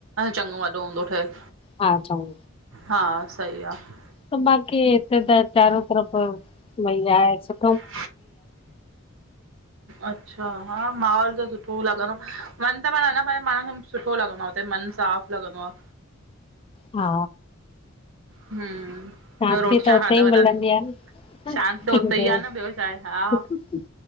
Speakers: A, on the right; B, on the left.
A: चङो वॾो हूंदो ठहियल?
B: हा चऊं।
A: हा सही आहे
B: त मां की हिते त चारो तरफ़ भई आहे सुठ <unintelligible>
A: <inaudible> अच्छा हा माहौल त सुठो लॻंदो, मन त पाण हे ना प पाण खे सुठो लॻंदो आहे। हुते मन साफ़ लॻंदो आह।
B: हा,
A: हम्म,
B: शांती
A: ॿियो रोटी
B: त
A: छा
B: उते
A: खाधव
B: ई
A: तव्हांने?
B: मिलंदी आह न।
A: शांत त उते ई आ
B: <inaudible>
A: ॿियो छाहे, हा।